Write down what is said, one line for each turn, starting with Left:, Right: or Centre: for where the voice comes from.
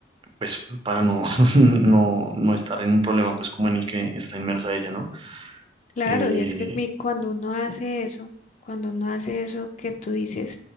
Right: pues para no, <laughs> no, no estar en un problema pues como en el que está inmersa ella, ¿no?
Left: Claro,
Right: Eh,
Left: y es que mi- cuando uno hace eso, cuando uno hace eso que tú dices,